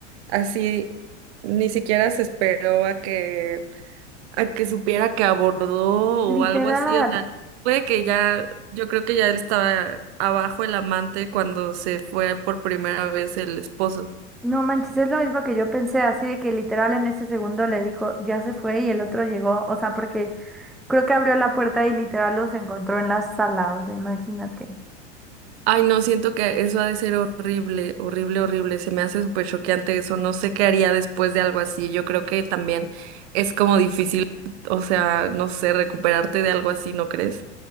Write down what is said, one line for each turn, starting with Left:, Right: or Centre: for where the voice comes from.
Right: así ni siquiera se esperó a que a que supiera que abordó
Centre: Literal,
Right: o algo así, o sea, puede que ya yo creo que ya él estaba abajo el amante cuando se fue por primera vez el esposo.
Centre: no manches, es lo mismo que yo pensé, así de que literal en ese segundo le dijo, ya se fue y el otro llegó, o sea, porque creo que abrió la puerta y literal los encontró en la sala, o sea, imagínate.
Right: Ay, no, siento que eso ha de ser horrible, horrible, horrible. Se me hace súper choqueante eso. No sé qué haría después de algo así. Yo creo que también es como difícil, o sea, no sé, recuperarte de algo así, ¿no crees?